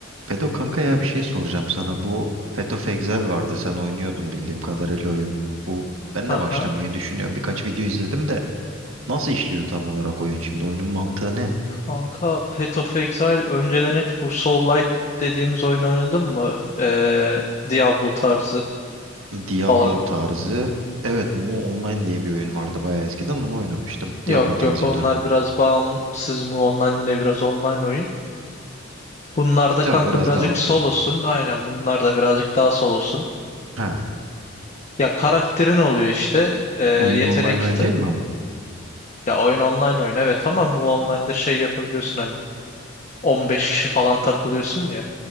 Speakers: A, on the right; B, on the left.
A: Pedo kanka ya bir şey soracağım sana. Bu Path of Exile vardı. Sen oynuyordun bildiğim kadarıyla oyun. Bu ben
B: Aha.
A: de başlamayı düşünüyorum. Birkaç video izledim de nasıl işliyor tam olarak oyun şimdi? Oyunun mantığı ne?
B: Kanka Path of Exile önceden hiç bu Soul-like dediğimiz oyun oynadın mı? Ee, Diablo tarzı
A: Diablo
B: falan.
A: tarzı. Evet, Mu Online diye bir oyun vardı bayağı eskiden. Onu oynamıştım.
B: Yok
A: Diablo tarzıydı
B: yok onlar
A: o da.
B: biraz bağımsız mı ondan yine biraz online oyun. Bunlar
A: E,
B: da
A: tabii
B: kanka
A: biraz
B: birazcık
A: daha
B: solosun. Aynen bunlar da birazcık daha solosun.
A: Ha,
B: Ya karakterin oluyor işte. Ee, yetenek
A: e, oyun online oyun
B: ta-
A: değil mi ama?
B: ya oyun online oyun evet ama mu online'da şey yapabiliyorsun hani 15 kişi falan takılıyorsun ya.